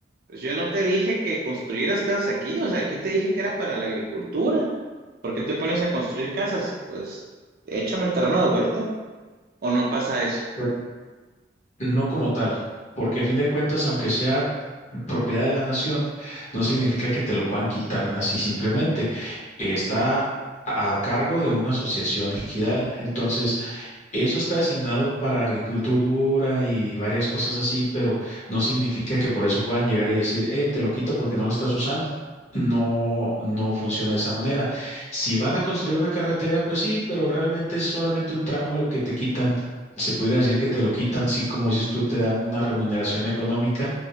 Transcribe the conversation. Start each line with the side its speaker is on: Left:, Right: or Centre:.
Right: Pues yo no te dije que construyeras casas aquí, o sea, aquí te dije que era para la agricultura. ¿Por qué te pones a construir casas? Pues échame el terreno de vuelta. ¿O no pasa eso?
Left: Re- No como tal, porque a fin de cuentas, aunque sea propiedad de la nación, no significa que te lo puedan quitar así simplemente. Está a cargo de una asociación ejidal. Entonces, eso está designado para agricultura y varias cosas así, pero no significa que por eso puedan llegar y decir, eh, te lo quito porque no lo estás usando. No, no funciona de esa manera. Si van a construir una carretera, pues sí, pero realmente es solamente un tramo lo que te quitan. Se pudiera decir que te lo quitan, sí, como dices tú, te dan una remuneración económica,